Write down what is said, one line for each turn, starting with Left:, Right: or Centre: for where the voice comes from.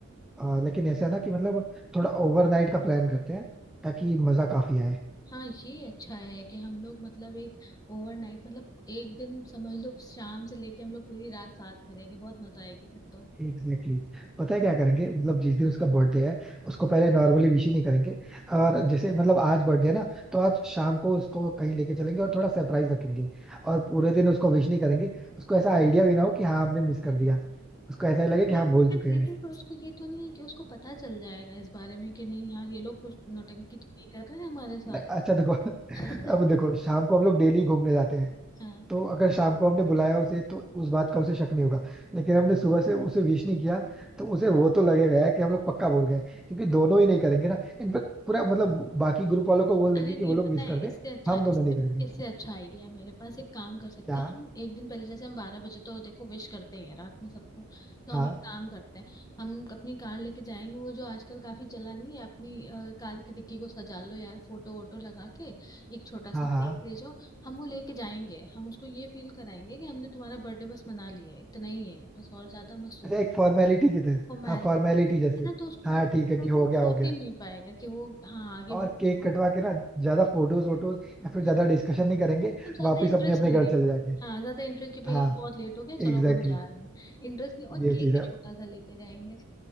Centre: आ, लेकिन ऐसा है ना कि मतलब थोड़ा ओवरनाइट का प्लान करते हैं ताकि मजा काफी आए
Left: हाँ ये अच्छा है कि हम लोग मतलब एक ओवरनाइट मतलब एक दिन समझ लो शाम से लेके हम लोग पूरी रात साथ में रहेंगे बहुत मजा आएगी फिर तो
Centre: Exactly exactly. पता है क्या करेंगे मतलब जिस दिन उसका बर्थडे है उसको पहले नॉर्मली विश ही नहीं करेंगे और जैसे मतलब आज बर्थडे है ना तो आज शाम को उसको कहीं लेके चलेंगे और थोड़ा सरप्राइज रखेंगे और पूरे दिन उसको विश नहीं करेंगे उसको ऐसा आइडिया भी ना हो कि हाँ हमने मिस कर दिया उसको ऐसा
Left: नहीं,
Centre: ही लगे
Left: लेकिन
Centre: कि हाँ, हम भूल
Left: फिर
Centre: चुके हैं
Left: लेकिन फिर उसको ये तो नहीं है कि उसको पता चल जाएगा इस बारे में कि नहीं यार ये लोग कुछ नौटंकी तो नहीं कर रहे हैं हमारे साथ
Centre: नहीं, अच्छा देखो <laughs>
Left: <laughs>
Centre: अब देखो शाम को हम लोग डेली घूमने जाते हैं
Left: हाँ
Centre: तो अगर शाम को हमने बुलाया उसे तो उस बात का उसे शक नहीं होगा लेकिन हमने सुबह से उसे विश नहीं किया तो उसे वो तो लगेगा यार कि हम लोग पक्का बोल गए क्योंकि दोनों ही नहीं करेंगे ना इनफेक्ट पूरा मतलब बाकी ग्रुप वालों को बोल देंगे
Left: अरे
Centre: कि
Left: नहीं
Centre: वो लोग
Left: पता
Centre: विश
Left: है
Centre: कर दे
Left: इससे अच्छा
Centre: हम दोनों
Left: इससे
Centre: नहीं करेंगे
Left: इससे अच्छा आइडिया है मेरे पास एक काम कर सकते
Centre: क्या
Left: हैं हम एक दिन पहले जैसे हम बारह बजे तो देखो विश करते ही हैं रात में सबको तो हम
Centre: हाँ
Left: एक काम करते हैं हम अपनी कार लेके जाएंगे वो जो आजकल काफी चला नहीं है अपनी अ, कार की डिक्की को सजा लो यार फोटो वोटो लगा के एक छोटा
Centre: हाँ
Left: सा केक
Centre: हाँ
Left: ले जाओ हम वो लेके जाएंगे हम उसको ये फील कराएंगे कि हमने तुम्हारा बर्थडे बस मना लिया है इतना ही है बस और ज्यादा मत सोच
Centre: अच्छा एक फॉर्मेलिटी की तरह
Left: फॉर्मेलिटी
Centre: हाँ फॉर्मेलिटी जैसे
Left: है ना तो उसको
Centre: हाँ
Left: ये
Centre: ठीक
Left: थोड़ा
Centre: है कि
Left: वो
Centre: हो गया
Left: सोच
Centre: हो गया
Left: ही नहीं पाएगा कि वो हाँ आगे
Centre: और
Left: भी कुछ
Centre: केक
Left: होना
Centre: कटवा के ना ज्यादा फोटोज वोटोज या फिर
Left: कुछ
Centre: ज्यादा
Left: है।
Centre: डिस्कशन नहीं करेंगे
Left: मतलब ज्यादा
Centre: वापिस
Left: इंटरेस्ट
Centre: अपने अपने
Left: नहीं
Centre: घर
Left: लेंगे
Centre: चले जाके
Left: हाँ ज्यादा इंटरेस्ट की भैया
Centre: हाँ
Left: बहुत लेट हो गया चलो
Centre: एग्जैक्टली
Left: अब हम जा रहे हैं इंटरेस्ट नहीं
Centre: exactly,
Left: और
Centre: ये
Left: केक
Centre: चीज
Left: भी
Centre: है
Left: छोटा सा लेके जाएंगे